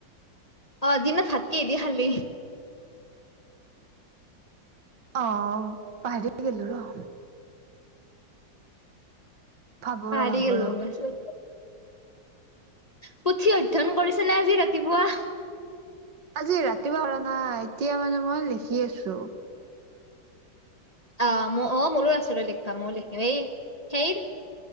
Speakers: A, on the left (about 25°); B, on the right (about 70°).
A: অ' দিনত ভাত কিহেদি খালি?
B: অ' পাহৰি গেলো ৰ। ভাবো
A: পাহৰি
B: ৰ ভাবো
A: গলো
B: ৰ
A: ৰচোন। পুথি অধ্যয়ন কৰিছে নে আজি ৰাতিপুৱা।
B: আজি ৰাতিপুৱা অৰা নাই এতিয়া মানে মই লিখি আছো।
A: অ, ম, অ, মোৰো আছিলো ৰ লিখিবা ময়ো লিখিম এই সেইৰ